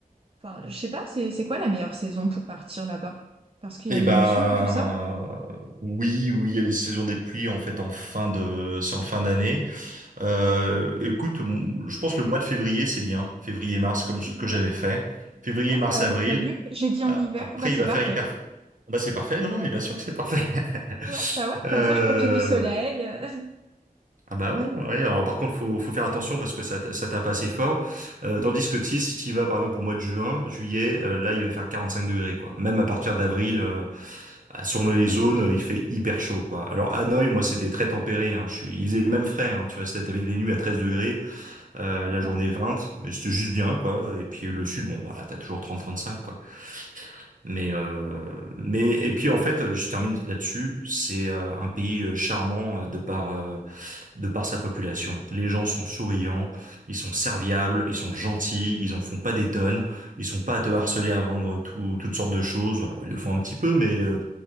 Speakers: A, on the right; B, on the right.
A: Enfin, je sais pas, c'est c'est quoi la meilleure saison pour partir là-bas? Parce qu'il
B: Eh
A: y a les
B: ben,
A: moussons, tout ça.
B: oui, oui, il y a les saisons des pluies en fait en fin de, c'est en fin d'année. Euh, écoute, m- je pense que le mois de février, c'est bien. Février-mars, comme
A: Mois
B: ce
A: de février?
B: que j'avais fait. Février,
A: Ouais,
B: mars-avril.
A: bah t'as vu, j'ai dit en hiver,
B: Après,
A: bah
B: il
A: c'est
B: va
A: parfait.
B: faire hyper... Ah Bah, c'est parfait. Non, non, mais bien sûr que c'est parfait. <laughs>
A: Ouais, bah ouais,
B: Euh,
A: comme ça je profite du soleil.
B: ouais.
A: euh.
B: Ah bah ouais, ouais. Alors, par contre, faut, faut faire attention parce que ça, t- ça tape assez fort. Euh,
A: Mm,
B: tandis que tu sais, si tu y vas, par exemple, au mois de juin, juillet, euh, là, il va faire 45 degrés, quoi. Même à partir d'avril, euh, bah, sur les
A: ouais,
B: zones, euh, il fait hyper chaud, quoi. Alors, Hanoï, moi, c'était très tempéré, hein. Je suis... Il faisait même frais, hein. Tu vois, c'était- t'avais des nuits à 13 degrés euh,
A: d'accord.
B: la journée 20, mais c'était juste bien, quoi. Et puis le sud, bon, bah, là, t'as toujours 30-35, quoi. Mais, euh, mais, et puis en fait, je termine là-dessus, c'est euh, un pays euh, charmant euh, de par, euh, de par sa population. Les gens sont souriants, ils sont serviables, ils sont gentils, ils en font pas des tonnes, ils sont pas à te harceler à vendre tout- toutes sortes de choses. Alors, ils le font un petit peu, mais euh,